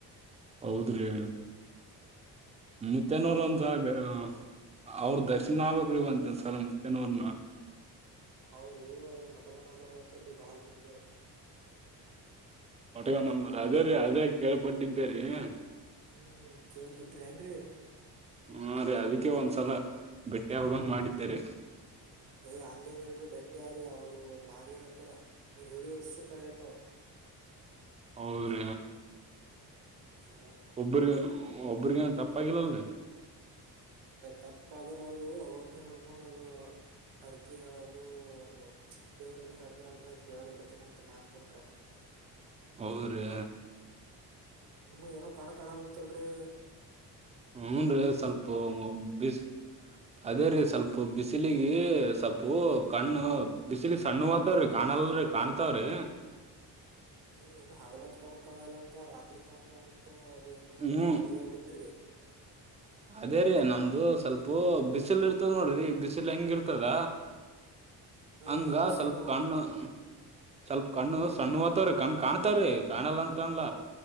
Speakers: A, on the right; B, on the right.
A: ಹೌದ ರೀ <unintelligible>
B: ಹ್ಮ್
A: ಮೂತ್ಯನರು
B: ಅವ್ರಲಿಂತ್
A: ಅಂದರ್ ಆಗಲೇ <unintelligible> ಅವರ ಕಸಿನ್ ಆಗಬೇಕ ರೀ ಒಂದ ದಿವಸ ನಮ್ಮ ಮೂತ್ಯನವರನಾ <unintelligible>
B: ಅವರು ಅದ ಮಟ್ಟಗ ನಂಬರ್ ಹೇಳ್ತಾರ್ರಿ ಬಾರಿ ಡೇಂಜರ್ <unintelligible>
A: ಮಟ್ಟಗ ನಂಬರ ರಗರ ಅದೇ ಕೇಳ್ಪಟ್ಟಿದ್ದೇರಿ. <unintelligible>
B: ಹೂ ಕೇಳ್ಪಿಟ್ರಿ ಏನ್ರರಿ. <unintelligible>
A: ಹಾ ರೀ ಅದಕ್ಕೆ ಒಂದ್ಸಲ ಬೆಟ್ಟೆ ಆಗಬೇಕು ಅಂತಾ ಮಾಡಿದ್ದೇರಿ. <unintelligible>
B: ಏ ಹಂಗೇನ್ ಇಲ್ರಿ ಬೆಟ್ಟಿಯಾರಿ ಅವ್ರು ಭಾರಿ ಹತರ ಅವರು ಹೇಳಿಳಿ ವಸ್ಸುಖರತ
A: ಹ್ಮ್
B: ಹಾ
A: ಒಬ್ರಗ ಒಬ್ಬ್ರಗನ್ ತಪ್ಪಾಗಿಲ್ಲಲ್ರಿ
B: ತಪ್ಪ ಆದ್ರ ಅವರು ಅವತ್ತಿನ ಹುಡ್ಕೊಂಡ್ ಅದು ಹರಿಕ ಅ ಹೇಳೋದು ಅವ ದೇವ್ರ ಎಲ್ಲಾ ಹೇಳ್ತಾರಲ್ರ ಅ ಹೇಳೋದ್ ಬಿಡ್ತನಂತ ಮಾತ್ ಕೊಟ್ರ
A: ಹೌದು ರೀ
B: ನಿಮಗ್ ಏನೋ ಕಾಣ ಕಾಣಲ್ಲಂತಲ್ರಿ
A: ಹ್ಮ ರಿ ಸ್ವಲ್ಪ ಬ ಅದೇ ರೀ ಸ್ವಲ್ಪ ಬಿಸಿಲಿಗೆ ಸ್ವಪು ಕಣ್ಣು ಬಿಸಿಲ ಸಣ್ಣ ಹತವ್ರೀ ಕಾಣ ನನಲ್ರರಿ ಕಾಣ್ತಾವ್ರಿ
B: ನಿಮ್ ಏನು ಹ ಹಾಗಲ್ಲತ್ ಕಣ ಕಾಣಲ್ಲಂತ ರಾತ್ರಿ ಕಾಣ್ತಂತ ಅ ಏನೋ
A: ಹ್ಮ್
B: ಮನ್ ಟಿವಿ ಆಗ ಬಿಟ್ರಿ
A: ಅದೇ ರೀ ನಮ್ದು ಸ್ವಲ್ಪ ಬಿಸಿಲ್ ಇರ್ತದ ನೋಡ್ರಿ ಬಿಸಿಲ್ ಹೆಂಗಿರ್ತದ
B: ಹಾ
A: ಹಂಗ
B: ಬಿಸಿಲ್
A: ಸ್ವಲ್ಪ
B: ಮ್ಯಾಗ
A: ಕಣ್ಣು ಸ್ವಲ್ಪ ಕಣ್ಣು ಸಣ್ಣ ಓತವ್ರೀ ಕಣ್ಣ್ ಕಾಣ್ತವ್ರೀ ಕಾಣಲ್ಲಂತನ್ಲ್ಲ